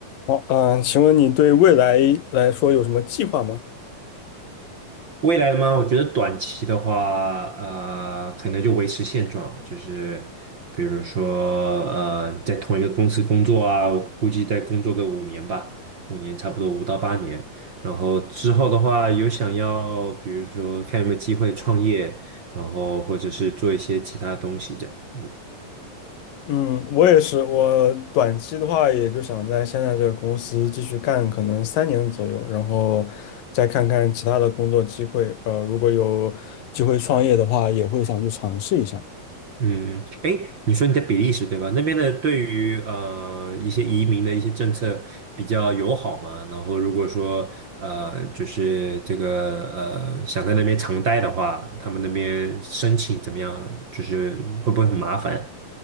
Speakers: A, on the left; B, on the right.
A: 好，嗯，请问你对未来来说有什么计划吗？
B: 未来的吗？我觉得短期的话，呃，可能就维持现状，就是比如说，呃，在同一个公司工作啊，我估计再工作个五年吧，五年差不多五到八年。然后之后的话，有想要，比如说看有没有机会创业，然后或者是做一些其他东西的。嗯
A: 嗯，我也是，我短期的话，也就想在现在这个公司继续干，可能三年左右，然后再看看其他的工作机会。呃，如果有机会创业的话，也会想去尝试一下。
B: 嗯，哎，你说你在比利时对吧？那边的对于呃一些移民的一些政策比较友好嘛？然后如果说呃就是这个呃想在那边长待的话，他们那边申请怎么样？就是会不会很麻烦？